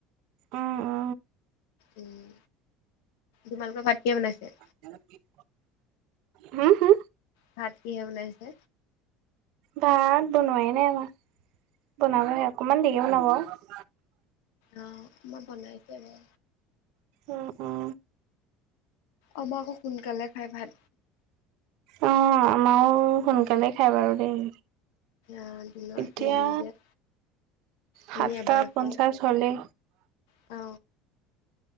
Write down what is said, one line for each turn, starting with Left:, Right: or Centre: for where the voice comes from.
Right: উ উ
Left: উম, তোমালোকৰ ভাত কিহে বনাইছে?
Right: উ হু হু।
Left: ভাত কিহে বনাইছে?
Right: ভাত বনোৱাই নাই আমাৰ বনাবহে, অকনমান দেৰিকে বনাব।
Left: অ মই বনাইছো আৰু
Right: উম উম।
Left: আমাকো সোনকালে খাই ভাত।
Right: অ আমাৰো সোনকালে খাই বাৰু দেই।
Left: অ দিনত
Right: এতিয়া
Left: হেৰি যে আমি
Right: সাতটা
Left: এবাৰ
Right: পঞ্চাছ
Left: খাওঁ।
Right: হলেই
Left: অ।